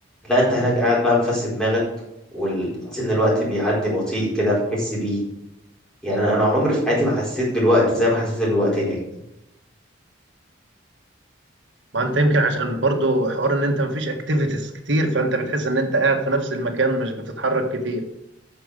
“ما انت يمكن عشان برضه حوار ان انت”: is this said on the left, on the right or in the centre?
Right